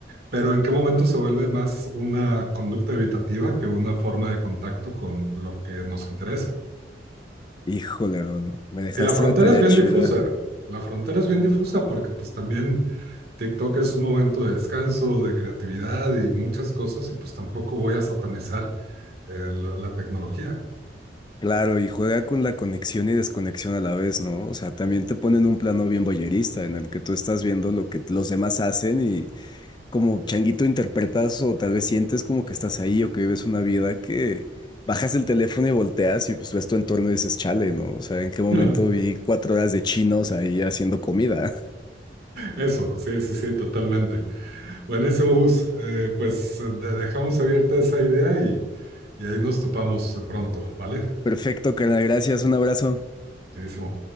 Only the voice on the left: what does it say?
Híjole, no, no. me dejaste
una tarea
chida.
Claro, y juega con la conexión y desconexión a la vez, ¿no? O sea, también te ponen un plano bien voyerista en el que tú estás viendo lo que los demás hacen y como changuito interpretas o tal vez sientes como que estás ahí o que vives una vida que bajas el teléfono y volteas y pues ves tu entorno y dices, chale, ¿no? O sea, ¿en qué momento
vi cuatro horas de chinos ahí haciendo comida?
Perfecto, carnal, gracias, un abrazo.